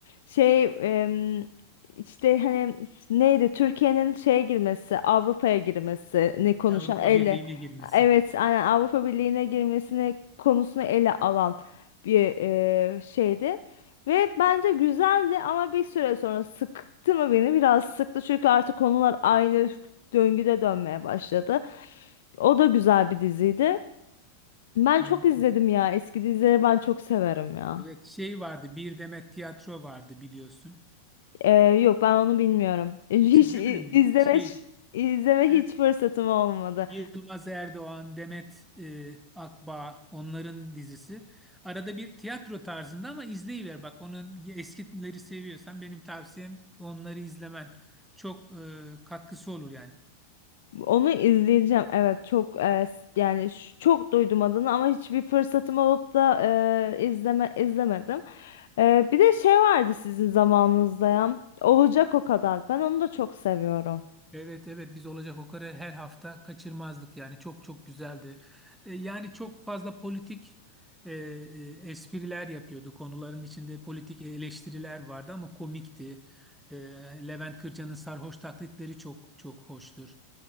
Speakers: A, on the left; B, in the centre.
A: şey em, işte hani neydi Türkiye'nin şeye girmesi, Avrupa'ya girmesini konuşan
B: Avrupa
A: elle
B: Birliği'ne girmesi.
A: Evet, aynen Avrupa Birliği'ne girmesine konusunu ele alan bir eee, şeydi. Ve bence güzeldi ama bir süre sonra sıktı mı beni? Biraz sıktı çünkü artık konular aynı döngüde dönmeye başladı. O da güzel bir diziydi. Ben
B: Anladım.
A: çok izledim ya. Eski dizileri ben çok severim ya.
B: Evet şey vardı Bir Demet Tiyatro vardı biliyorsun.
A: Eee, yok ben onu bilmiyorum. <laughs> Hiç
B: Hiç izlemedin
A: i-
B: mi?
A: izleme,
B: Şey
A: ş- izleme
B: Er-
A: hiç fırsatım olmadı.
B: Yılmaz Erdoğan, Demet e, Akbağ onların dizisi. Arada bir tiyatro tarzında ama izleyiver bak onun eskileri seviyorsan benim tavsiyem onları izlemen. Çok e, katkısı olur yani.
A: Onu izleyeceğim. Evet çok e, s- yani ş- çok duydum adını ama hiçbir fırsatım olup da e, izleme izlemedim. E, bir de şey vardı sizin zamanınızda ya. Olacak o kadar. Ben onu da çok seviyorum.
B: Evet evet biz olacak o kadar her hafta kaçırmazdık yani çok çok güzeldi. E, yani çok fazla politik e, e, espriler yapıyordu konuların içinde politik eleştiriler vardı ama komikti. E, Levent Kırca'nın sarhoş taklitleri çok çok hoştur.